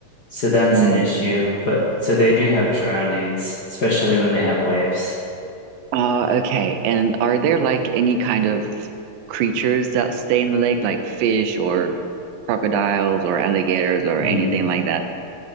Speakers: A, on the left (about 45°); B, on the right (about 85°).
A: So that's
B: Mm.
A: an issue. But so they do have drownings, especially when they have waves.
B: Uh, okay. And are there like any kind of creatures that stay in the lake, like fish or crocodiles or alligators or
A: Mm.
B: anything like that?